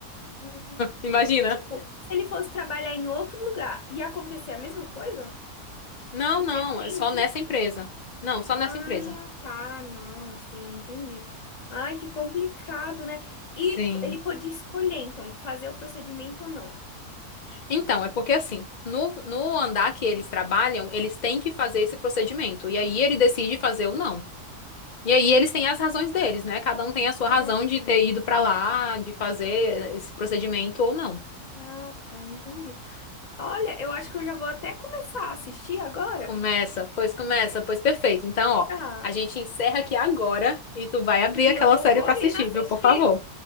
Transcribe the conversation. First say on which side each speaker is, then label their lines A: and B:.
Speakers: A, on the left (about 35°); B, on the left (about 75°).
A: Uhum.
B: imagina.
A: Porque, tipo, se ele fosse trabalhar em outro lugar e acontecer a mesma coisa,
B: Não,
A: porque
B: não,
A: ele tem
B: é só
A: o chip.
B: nessa empresa. Não, só
A: Ah,
B: nessa empresa.
A: tá, não, sim, entendi. Ai, que complicado, né? E
B: Sim.
A: v- ele podia escolher, então, fazer o procedimento ou não.
B: Então, é porque assim, no, no andar que eles trabalham, eles têm que fazer esse procedimento. E aí ele decide fazer ou não. E
A: Hum,
B: aí eles têm as razões deles, né? Cada um tem a sua razão
A: Ah, sim.
B: de ter ido pra lá, de fazer esse procedimento ou não.
A: Ah, tá, entendi. Olha, eu acho que eu já vou até começar a assistir agora.
B: Começa, pois começa, pois perfeito. Então, ó,
A: Tá.
B: a gente encerra aqui agora e tu vai abrir
A: E
B: aquela
A: eu vou
B: série
A: correndo
B: pra assistir,
A: assistir.
B: viu? Por favor.